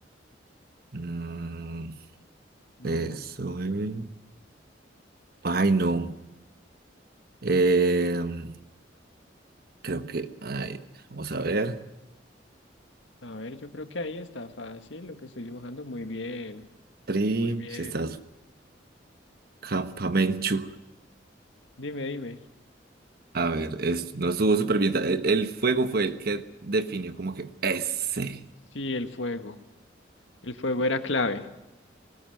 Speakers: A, on the right (about 55°); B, on the left (about 85°).
A: Mm,
B: No,
A: eso. eh. Ay, no. Em, creo que. Ay, vamos a ver.
B: a ver, yo creo que ahí está fácil lo que estoy dibujando. Muy bien,
A: Trin,
B: muy bien.
A: si estás campamenchu.
B: Dime, dime.
A: A ver, es, no estuvo súper bien. El, el fuego fue el que definió como que ese.
B: Sí, el fuego. El fuego era clave,